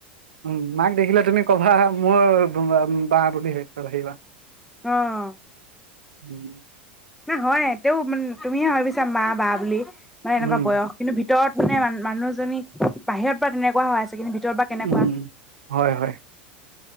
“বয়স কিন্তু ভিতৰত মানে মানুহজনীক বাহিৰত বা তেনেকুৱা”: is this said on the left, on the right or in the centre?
Centre